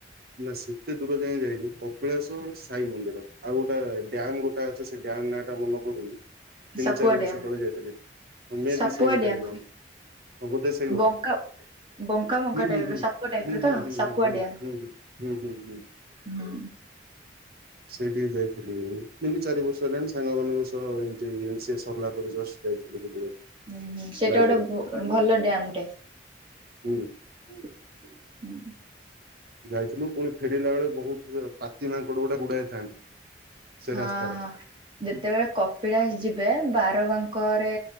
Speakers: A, on the right; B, on the right.
A: ନା ସେତେ ଦୂର ଯାଏଁ ଯାଇନି କପିଳାଶ ସାଇ ମନ୍ଦିର ଆଉ ଗୋଟେ ଡ୍ୟାମ୍ ଗୋ ଟା ଅଛି ସେ ଡ୍ୟାମ୍ ନାଆଟା ମନ ପଡୁନି। ତିନି
B: ସାପୁଆ
A: ଚାରି ବର୍ଷ
B: ଡ୍ୟାମ
A: ତଳେ ଯାଇଥିଲେି ମେବି
B: ସାପୁଆ
A: ସେଇ ଗୋଟାଏ
B: ଡ୍ୟାମ
A: କଣ। ହଁ ବୋଧେ ସେଇ ଗୋଟା
B: ବଙ୍କା
A: ହୁଁ ହୁଁ
B: ବଙ୍କା
A: ହୁଁ
B: ବଙ୍କା ଟାଇପ
A: ହୁଁ
B: ର ସାପ
A: ହୁଁ
B: ଟାଇପ
A: ହୁଁ
B: ର ତ
A: ହୁଁ
B: ସାପୁଆ
A: ହୁଁ ହୁଁ
B: ଡ୍ୟାମ
A: ହୁଁ ହୁଁ ହୁଁ ହୁଁ।
B: ହୁଁ।
A: ସେଇଠିକି ଯାଇଥିଲି ତିନି ଚାରି ବର୍ଷ ହେଲାଣି ସାଙ୍ଗମାନଙ୍କ ସହ ଏମିତି ଏମ୍ ସି ଏ ସରିଲା ପରେ ଜସ୍ ଯାଇଥିଲୁ ବୁଲିବାକୁ।
B: ଉଁହୁଁ ସେଟା
A: ବାଇକରେ
B: ଗୋଟେ ଭ ଭଲ ଡ୍ୟାମ ଟେ।
A: ହୁଁ।
B: ହୁଁ।
A: ଯାଇଥିଲୁ ପୁଣି ଫେରିଲା ବେଳେ ବୋହୁତ ଜୋ ପା ତି ମାଙ୍କଡ଼ ଗୁଡା ଗୁଡାଏ ଥାନ୍ତି। ସେ
B: ହଁ
A: ରାସ୍ତାରେ।
B: ହଁ ଯେତେବେଳେ କପିଳାଶ ଯିବେ ବାରବାଙ୍କରେ